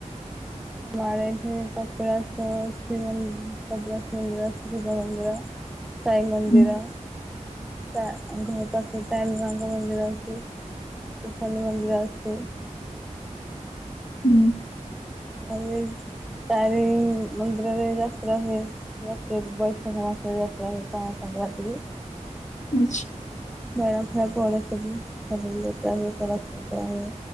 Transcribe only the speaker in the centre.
ହଁ ଆମର ଏଠି କପିଳାସ ଅ କପିଳାସ ମନ୍ଦିର ଅ ଶିବ ମନ୍ଦିର ସାଇ ମନ୍ଦିର
ତା ଘର ପାଖରେ ତାରିଣୀ ମାଙ୍କ ମନ୍ଦିର ଅଛି ଶନି ମନ୍ଦିର ଅଛି
ଭଲେ ତାରିଣୀ ମନ୍ଦିରରେ ଯାତ୍ରା ହୁଏ ସେ ବୈଶାଖ ମାସରେ ଯାତ୍ରା ହୁଏ ପଣା ସଂକ୍ରାନ୍ତିରେ
ମେଳା ଫେଳା ପଡେ ସବୁ ଘର ଲୋପା ପୋଛା ହୁଏ ପୂଜା ହୁଏ